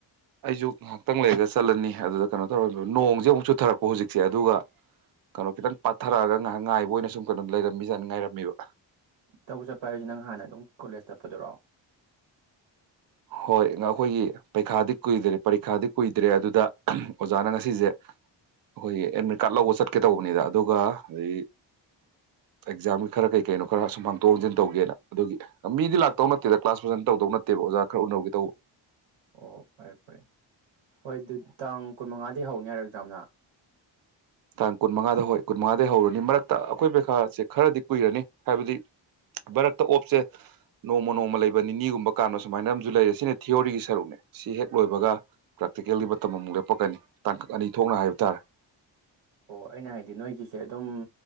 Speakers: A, on the right (about 50°); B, on the right (about 80°).
A: ꯑꯩꯁꯨ ꯉꯥꯏꯍꯥꯛꯇꯪ ꯂꯩꯔꯒ ꯆꯠꯂꯅꯤ ꯑꯗꯨꯗ ꯀꯩꯅꯣ ꯇꯧꯔꯃꯤ ꯅꯣꯡꯁꯦ ꯑꯃꯨꯛ ꯆꯨꯊꯔꯛꯄ ꯍꯧꯖꯤꯛꯁꯦ ꯑꯗꯨꯒ ꯀꯩꯅꯣ ꯈꯤꯇꯪ ꯄꯥꯊꯔꯛꯑꯒ ꯉꯥꯏꯍꯥꯛ ꯉꯥꯏꯕ ꯑꯣꯏꯅ ꯁꯨꯝ ꯀꯩꯅꯣ ꯂꯩꯔꯝꯃꯤꯖꯥꯅ ꯉꯥꯏꯔꯝꯃꯤꯕ
B: ꯇꯧꯕ ꯆꯠꯄ ꯍꯥꯏꯁꯤ ꯅꯪ ꯍꯥꯟꯅ ꯑꯗꯨꯝ ꯀꯣꯂꯦꯖ ꯆꯠꯄꯗꯨꯔꯣ
A: ꯍꯣꯏ ꯑꯩꯈꯣꯏꯒꯤ ꯄꯔꯤꯈꯥꯗꯤ ꯀꯨꯏꯗ꯭ꯔꯦ ꯄꯔꯤꯈꯥꯗꯤ ꯀꯨꯏꯗ꯭ꯔꯦ ꯑꯗꯨꯗ ꯑꯣꯖꯥꯅ ꯉꯁꯤꯁꯦ ꯑꯩꯈꯣꯏꯒꯤ ꯑꯦꯗꯃꯤꯠ ꯀꯥꯔꯗ ꯂꯧꯕ ꯆꯠꯀꯦ ꯇꯧꯕꯅꯤꯗ ꯑꯗꯨꯒ ꯑꯩ ꯑꯦꯛꯖꯥꯝꯒꯤ ꯈꯔ ꯀꯩ ꯀꯩꯅꯣ ꯈꯔ ꯁꯨꯝ ꯍꯥꯡꯇꯣꯛ ꯍꯥꯡꯖꯤꯟ ꯇꯧꯒꯦꯅ ꯑꯗꯨꯒꯤ ꯃꯤꯗꯤ ꯂꯥꯛꯇꯧ ꯅꯠꯇꯦꯗ ꯀ꯭ꯂꯥꯁ ꯐꯖꯅ ꯇꯧꯗꯧ ꯅꯠꯇꯦꯕ ꯑꯣꯖꯥ ꯈꯔ ꯎꯅꯧꯒꯦ ꯇꯧꯕ
B: ꯑꯣ ꯐꯔꯦ ꯐꯔꯦ ꯍꯣꯏ ꯑꯗꯨ ꯇꯥꯡ ꯀꯨꯟꯃꯉꯥꯗꯒꯤ ꯍꯧꯅꯤ ꯍꯥꯏꯔꯗ꯭ꯔꯥꯝꯅ
A: ꯇꯥꯡ ꯀꯨꯟꯃꯉꯥꯗ ꯍꯣꯏ ꯀꯨꯟꯃꯉꯥꯗꯒꯤꯩ ꯍꯧꯔꯅꯤ ꯃꯔꯛꯇ ꯑꯩꯈꯣꯏ ꯄꯩꯈꯥꯁꯦ ꯈꯔꯗꯤ ꯀꯨꯏꯔꯅꯤ ꯍꯥꯏꯕꯗꯤ ꯃꯔꯛꯇ ꯑꯣꯞꯁꯦ ꯅꯣꯡꯃ ꯅꯣꯡꯃ ꯂꯩꯕ ꯅꯤꯅꯤꯒꯨꯝꯕ ꯀꯥꯟꯕ ꯁꯨꯃꯥꯏꯅ ꯑꯃꯁꯝꯨ ꯂꯩꯔꯦ ꯁꯤꯅꯦ ꯊꯤꯑꯣꯣꯔꯤꯒꯤ ꯁꯔꯨꯛꯅꯦ ꯁꯤ ꯍꯦꯛ ꯂꯣꯏꯕꯒ ꯄ꯭ꯔꯥꯛꯇꯤꯀꯦꯜꯒꯤ ꯃꯇꯝ ꯑꯃꯨꯛ ꯂꯦꯞꯄꯛꯀꯅꯤ ꯇꯥꯡꯀꯛ ꯑꯅꯤ ꯊꯣꯛꯅ ꯍꯥꯏꯕ ꯇꯥꯔꯦ
B: ꯑꯣ ꯑꯩꯅ ꯍꯥꯏꯗꯤ ꯅꯣꯏꯒꯤꯁꯦ ꯑꯗꯨꯝ